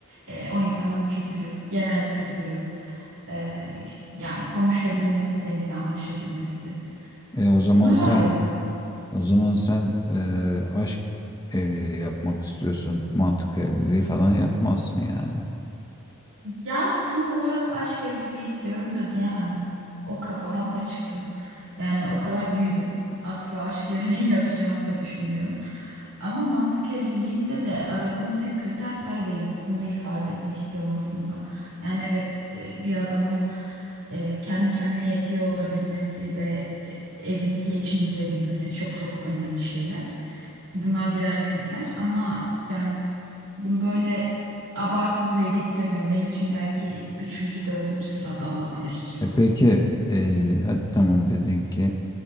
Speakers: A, on the right; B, on the left.
A: e, o insanın kültürü, genel kültürü, e, iş- yani konuşabilmesi, benimle anlaşabilmesi.
B: E o
A: Bunları
B: zaman sen
A: arıyorum.
B: o zaman sen e, aşk evliliği yapmak istiyorsun. Mantık evliliği falan yapmazsın yani.
A: Yani tam olarak aşk evliliği istiyorum da diyemem. O kafadan da çıktım. Yani o kadar büyüdüm. Asla aşk <laughs> evliliği yapacağımı da düşünmüyorum. Ama mantık evliliğinde de aradığım tek kriter para değil. Bunu ifade etmek istiyorum aslında. Yani evet e, bir adamın e, kendi kendine yetiyor olabilmesi ve e, evini geçindirebilmesi çok çok önemli şeyler. Bunlar birer kriter ama yani bunu böyle abartı düzeyde istemiyorum. Benim için belki üçüncü, dördüncü sırada olabilir bu.
B: E peki e, hadi tamam dedin ki